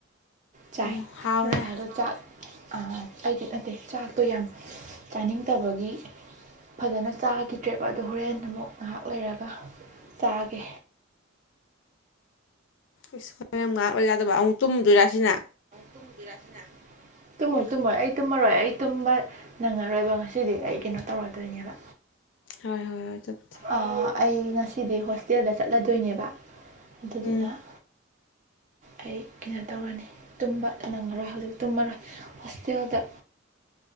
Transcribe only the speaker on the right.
ꯆꯥꯏ
ꯅꯨꯡꯁꯥꯗꯣ ꯆꯥꯛ_ _ ꯑ -ꯑ ꯑꯩꯗꯤ ꯅꯠꯇꯦ ꯆꯥꯛꯇꯣ ꯌꯥꯝ ꯆꯥꯅꯤꯡꯗꯕꯒꯤ_ _ ꯐꯖꯅ ꯆꯥꯒꯤꯗ꯭ꯔꯦꯕ ꯑꯗꯣ ꯍꯣꯔꯦꯟ ꯑꯃꯨꯛ ꯉꯥꯍꯥꯛ ꯂꯩꯔꯒ ꯆꯥꯒꯦ꯫
ꯇꯨꯝꯗꯣꯏꯔ ꯍꯥꯏꯁꯤꯅ꯫ ꯇꯨꯝꯃꯣꯏ ꯇꯨꯝꯃꯣꯏ ꯑꯩ ꯇꯨꯝꯃꯔꯣꯏ ꯑꯩ ꯇꯨꯝꯕ ꯅꯪꯉꯔꯣꯏꯕ ꯉꯁꯤꯗꯤ ꯑꯩ ꯀꯩꯅꯣ ꯇꯧꯔꯗꯣꯏꯅꯦꯕ꯫
ꯑ ꯑꯩ ꯉꯁꯤꯗꯤ ꯍꯣꯁꯇꯦꯜꯗ ꯆꯠꯂꯗꯣꯏꯅꯦꯕ ꯑꯗꯨꯗꯨꯅ_
_ ꯑꯩ ꯀꯩꯅꯣ ꯇꯧꯔꯅꯤ ꯇꯨꯝꯕ ꯅꯪꯉꯔꯣꯏ ꯍꯧꯖꯤꯛ ꯇꯨꯝꯃꯔꯣꯏ ꯍꯣꯁꯇꯦꯜꯗ_ _